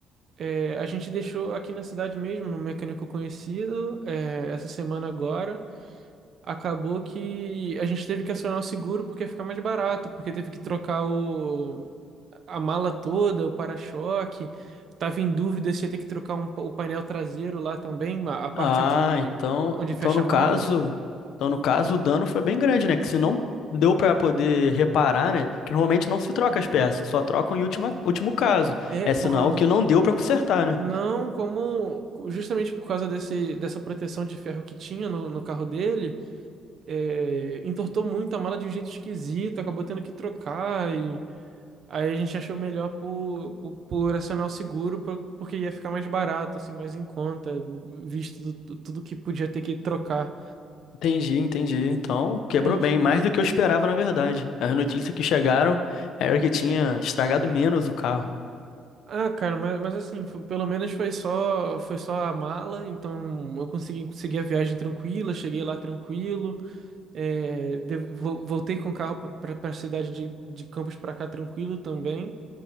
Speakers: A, on the right (about 40°); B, on the left (about 65°).
A: É, a gente deixou aqui na cidade mesmo, num mecânico conhecido, é, essa semana agora. acabou que a gente teve que acionar o seguro porque ia ficar mais barato, porque teve que trocar o, a mala toda, o para-choque. Tava em dúvida se ia ter que trocar um pa- o painel traseiro lá também, ma- a parte
B: Ah,
A: onde,
B: então,
A: onde
B: então
A: fecha
B: no
A: a
B: caso,
A: mala.
B: então no caso o dano foi bem grande, né? Que se não deu pra poder reparar, né? Que normalmente não se troca as peças, só trocam em última, último caso.
A: É,
B: É
A: por
B: sinal
A: causa.
B: que não deu pra consertar, né?
A: Não, como justamente por causa desse, dessa proteção de ferro que tinha no, no carro dele, é, entortou muito a mala de um jeito esquisito, acabou tendo que trocar Aí a gente achou melhor por, por, por acionar o seguro, por- porque ia ficar mais barato, assim, mais em conta, visto do- tu- tudo que podia ter que trocar.
B: Entendi, entendi. Então, quebrou
A: A gente.
B: bem, mais do que eu esperava, na verdade. As notícias que chegaram era que tinha estragado menos o carro.
A: Ah, cara, mas, mas assim, foi- pelo menos foi só, foi só a mala, então eu consegui seguir a viagem tranquila, cheguei lá tranquilo, é, de- vo- voltei com o carro para a cidade de, de Campos para cá tranquilo também.